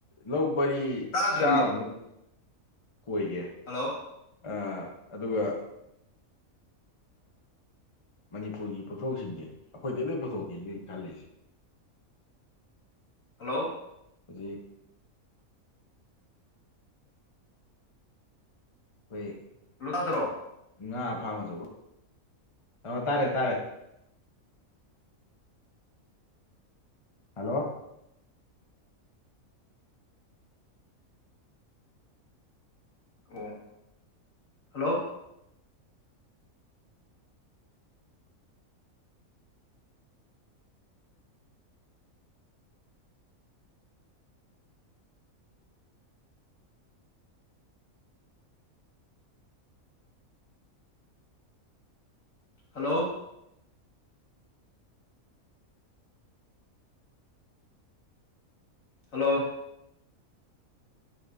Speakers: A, on the left; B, on the left.
A: ꯂꯧ ꯄꯔꯤ
B: ꯇꯥꯗ꯭ꯔꯃꯤ
A: ꯆꯥꯃꯨꯛ ꯀꯣꯏꯒꯦ
B: ꯍꯜꯂꯣ
A: ꯑ ꯑꯗꯨꯒ ꯃꯅꯤꯄꯨꯔꯒꯤ ꯄꯣꯠꯊꯣꯛꯁꯤꯡꯁꯦ ꯑꯩꯈꯣꯏꯗꯤ ꯂꯣꯏ ꯄꯨꯊꯣꯛꯈꯤꯁꯤꯅ ꯈꯜꯂꯤꯁꯦ
B: ꯍꯜꯂꯣ
A: ꯍꯧꯖꯤꯛ ꯍꯣꯏ
B: ꯂꯗ꯭ꯔꯣ
A: ꯉꯥ ꯐꯥꯃꯁꯨ ꯑ ꯇꯥꯔꯦ ꯇꯥꯔꯦ ꯍꯂꯣ
B: ꯑꯣ hello hello hello